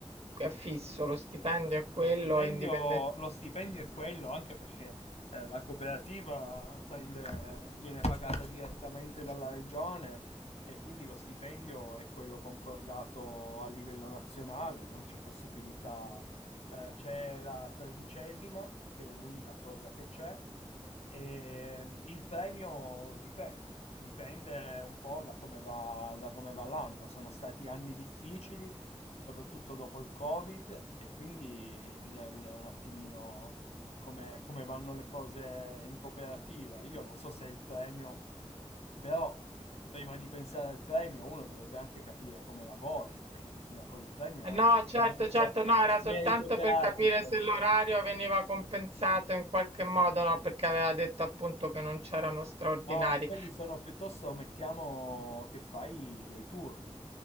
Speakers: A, on the right; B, on the left.
A: è fisso, lo stipendio è quello,
B: Lo stipendio,
A: è indipendente.
B: lo stipendio è quello, anche perché eh, la cooperativa prende- viene pagata direttamente dalla regione e quindi lo stipendio è quello concordato a livello nazionale, non c'è possibilità eh, c'è la tredicesima, che è l'unica cosa che c'è. E il premio dipende, dipende un po' da come va, da come va l'anno. Sono stati anni difficili, soprattutto dopo il Covid, e quindi bisogna vedere un attimino come, come vanno le cose in cooperativa. Io non so se il premio, però prima di pensare al premio uno dovrebbe anche capire come lavori, perché bisogna poi il premio
A: No, certo,
B: veramente
A: certo, no, era soltanto
B: merito cratico.
A: per capire se l'orario veniva compensato in qualche modo, no, perché aveva detto appunto che non c'erano straordinari.
B: No, quelli sono piuttosto, mettiamo che fai dei turni.